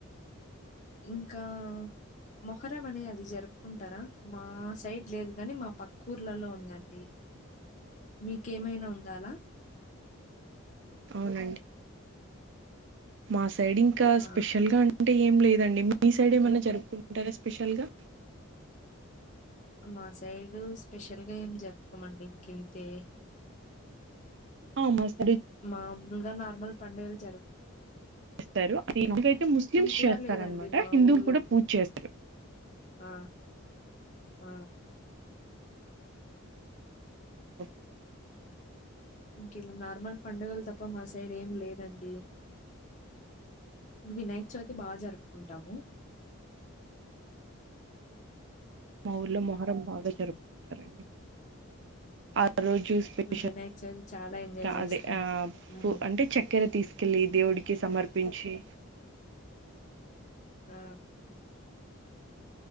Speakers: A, on the left; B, on the right.
A: ఇంకా మొహరం అని అది జరుపుకుంటారా మా సైడ్ లేదు కానీ మా పక్కూర్లలో ఉందండి మీకేమైనా ఉంద అలా
B: అవునండి మాస సైడ్ ఇంకా
A: ఆ!
B: స్పెషల్ గా అంటే ఏం లేదండి మీ సైడ్ ఏమన్నా జరుపుకుంటారా స్పెషల్ గా
A: మా సైడు స్పెషల్ గా ఏం జరపుకోమండి ఇంకంతే
B: హౌ మచ్
A: మాములుగా నార్మల్ పండుగలు జరు
B: స్తారు ఇకైతే ముస్లిమ్స్
A: కూడా
B: చేస్తారనమాట
A: లేదండి మా
B: హిందువులు
A: ఊర్లో.
B: కూడా పూజ చేస్తారు
A: ఆ! ఆ
B: ఓకే
A: ఇంక ఇలా నార్మల్ పండుగలు తప్ప మా సైడ్ ఏం లేదండి ఇక వినాయక చవితి బాగా జరుపుకుంటాము
B: మా ఊర్లో మొహరం బాగా జరుపుకుంటారండి
A: చేస్తాం.
B: ఆ రోజు స్పెషల్
A: మేము వినాయక చవితి చాలా ఎంజాయ్ జేస్తాం.
B: అదే ఆ
A: హ్మ్.
B: పూ అంటే చక్కెర తీసుకెళ్ళి దేవుడికి సమర్ప పించి
A: ఆ